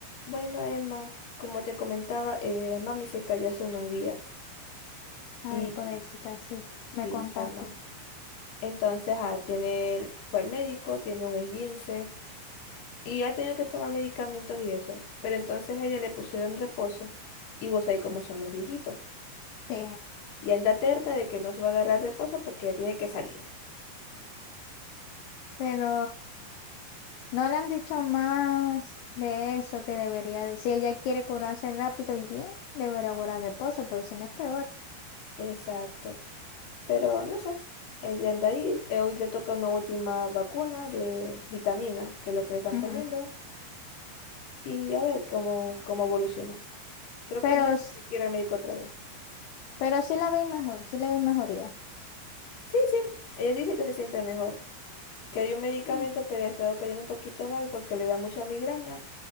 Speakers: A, on the left (about 60°); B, on the left (about 80°).
A: Bueno, Emma, como te comentaba, eh, mami se cayó hace unos días
B: Ay,
A: y
B: pobrecita, sí,
A: sí,
B: me contaste.
A: chama. Entonces, ah, tiene, el- fue al médico, tiene un esguince y ha tenido que tomar medicamentos y eso. Pero entonces a ella le pusieron reposo y vos ahí como son los viejitos.
B: Sí,
A: Y anda terca de que no se va a agarrar reposo porque ella tiene que salir.
B: pero no le han dicho más de eso que debería decir. Si ella quiere curarse rápido y bien, debería guardar reposo, porque si no es peor.
A: Exacto. Pero no sé, ella anda ahí, eh, hoy le toca una última vacuna de vitamina, que es lo que le están
B: Ujú.
A: poniendo, y a ver cómo, cómo evoluciona. Creo
B: Pero,
A: que él ya tiene
B: s-
A: que ir al médico otra vez.
B: pero sí la veis mejor, sí la veis mejoría.
A: Sí, sí, ella dice que se siente mejor, que hay un medicamento
B: Mm,
A: que le ha estado cayendo un poquito mal porque le da mucha migraña,